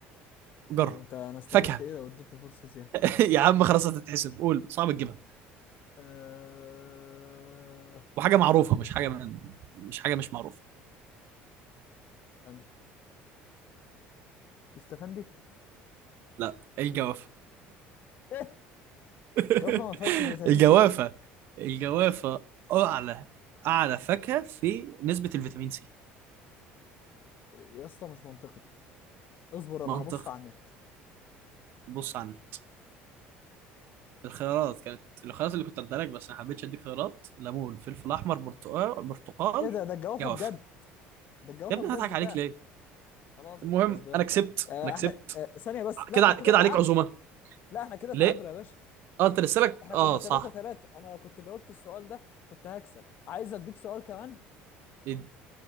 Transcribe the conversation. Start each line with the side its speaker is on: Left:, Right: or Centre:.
Right: جرب
Left: طب انت انا استفدت
Right: فاكهه
Left: ايه لو اديتني فرصة زيادة
Right: <laughs> <applause> يا عم خلاص
Left: <laughs>
Right: هتتحسب قول صعب تجيبها
Left: آه...
Right: وحاجه معروفه مش حاجه من... مش حاجه مش معروفه
Left: استنى استفندي
Right: لا الجوافه
Left: <laughs>
Right: <laughs>
Left: جافا ما فيهاش فيتامين
Right: <applause> الجوافه
Left: سي اصلا
Right: الجوافه اعلى اعلى فاكهه في نسبه الفيتامين سي
Left: يا اسطى مش منطقي اصبر
Right: منطقي
Left: انا هبص على النت
Right: بص عندك الخيارات كانت الخيارات اللي كنت اديها لك بس ما حبيتش اديك خيارات ليمون فلفل احمر برتقال برتقال
Left: ايه ده ده الجوافه
Right: جوافه
Left: بجد ده الجوافه
Right: يا ابني
Left: بجد
Right: أنا هضحك عليك
Left: فعلا
Right: ليه
Left: خلاص
Right: المهم
Left: انت كسبان
Right: انا كسبت
Left: فعلا آه
Right: انا كسبت
Left: احنا آه ثانيه بس لا
Right: كده
Left: احنا
Right: كده
Left: كده تعادل
Right: عليك عزومه
Left: لا احنا كده
Right: ليه
Left: تعادل يا باشا
Right: اه انت لسه لك
Left: احنا
Right: اه
Left: كنا 3
Right: صح
Left: 3 انا لو كنت جاوبت السؤال ده كنت هكسب عايز اديك سؤال كمان
Right: يد-